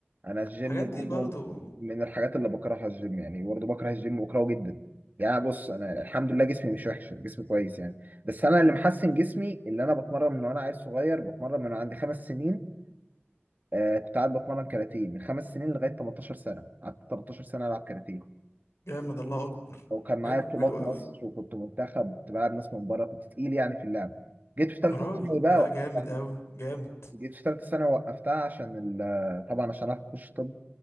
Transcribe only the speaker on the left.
الحاجات
دي برضو
جامد الله اكبر
حلو
حلو قوي
راجل
لا
جامد قوي جامد